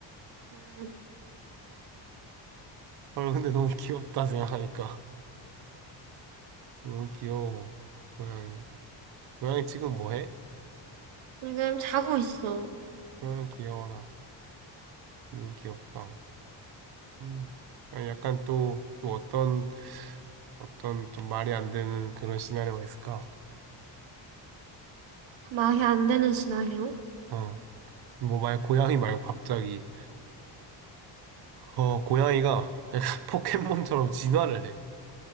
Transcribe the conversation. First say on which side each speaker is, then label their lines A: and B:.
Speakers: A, on the right (about 80°); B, on the right (about 55°).
A: 응.
B: 헐, 근데 너무 귀엽다 생각하니까. <laughs> 너무 귀여워. 고양이. 고양이 지금 뭐 해?
A: 지금 자고 있어.
B: 응, 귀여워라. 너무 귀엽다. 음. 아니, 약간 또, 또 어떤, 어떤 좀 말이 안 되는 그런 시나리오가 있을까?
A: 말이 안 되는 시나리오?
B: 어. 뭐 만약 고양이 말고 갑자기 어, 고양이가 약간 <laughs> 포켓몬처럼 진화를 해.